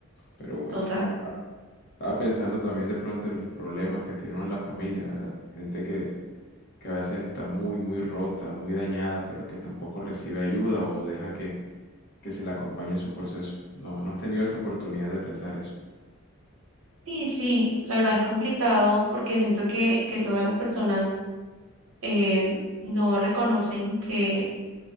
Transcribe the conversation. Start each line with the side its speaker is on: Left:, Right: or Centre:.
Left: Pero bueno,
Right: total.
Left: estaba pensando también de pronto en los problemas que tiene uno en la familia, ¿verdad? Gente que, que a veces está muy, muy rota, muy dañada, pero que tampoco recibe ayuda o deja que, que se le acompañe en su proceso. No, no has tenido esa oportunidad de pensar eso.
Right: Sí, sí, la verdad es complicado porque siento que, que todas las personas eh, no reconocen que